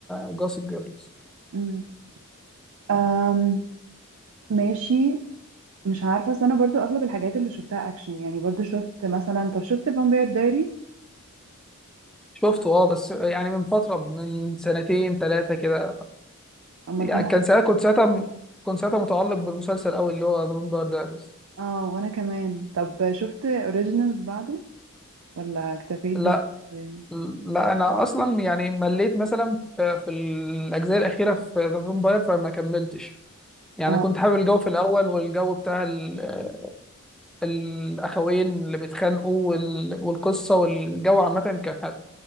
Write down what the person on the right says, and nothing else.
مم. أم ماشي مش عارفه بس انا برضو اغلب الحاجات اللي شفتها اكشن يعني برضو شفت مثلا طب شفت فامباير دايريز
اما
الجيم
اه وانا كمان طب شفت اوريجينالز بعده ولا اكتفيت
بفامباير
اه